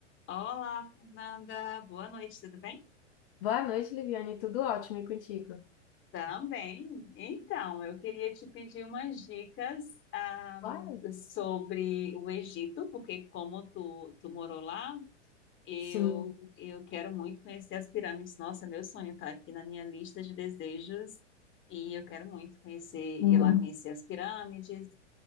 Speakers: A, on the left; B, on the left.
A: Olá, Fernanda. Boa noite, tudo bem?
B: Boa noite, Liviane. Tudo ótimo e contigo?
A: Também. Então, eu queria te pedir umas dicas, ahm,
B: Claro.
A: sobre o Egito, porque como tu, tu morou lá, eu,
B: Sim,
A: eu quero muito conhecer as pirâmides. Nossa, meu sonho tá aqui na minha lista de desejos e eu quero muito conhecer,
B: Uhum.
A: ir lá conhecer as pirâmides